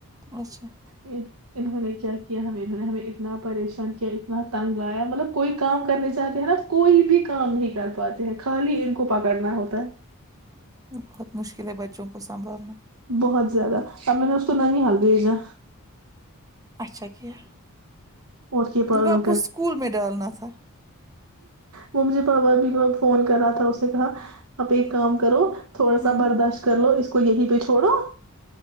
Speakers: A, on the right (about 15°); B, on the right (about 75°).
A: اچھا
B: جی انہوں نے کیا کیا ہم انہوں نے ہمیں اتنا پریشان کیا اتنا تنگ لایا مطلب کوئی کام کرنے چاہتے ہیں نا کوئی بھی کام نہیں کر پاتے ہیں خالی ان کو پکڑنا ہوتا ہے
A: بہت مشکل ہے بچوں کو سنبھالنا
B: بہت زیادہ اب میں نے اس کو نانیہال بھیجا
A: اچھا کیا
B: اور کے پاگل
A: انکو آپ اسکول میں ڈالنا تھا
B: ممی پاپا بھی فون کر رہا تھا اس نے کہا اپ ایک کام کرو تھوڑا
A: ہمم،
B: سا برداشت کر لو اس کو یہیں پہ چھوڑو